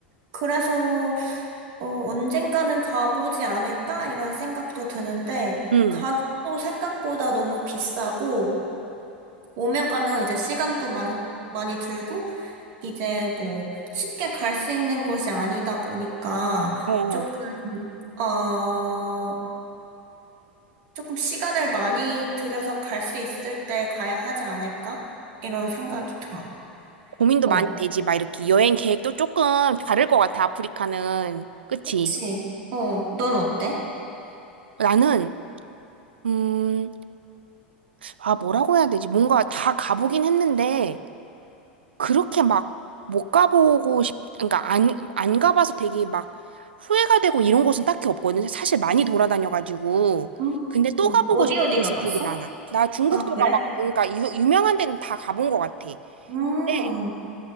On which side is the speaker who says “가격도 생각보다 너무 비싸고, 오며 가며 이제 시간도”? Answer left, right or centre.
Right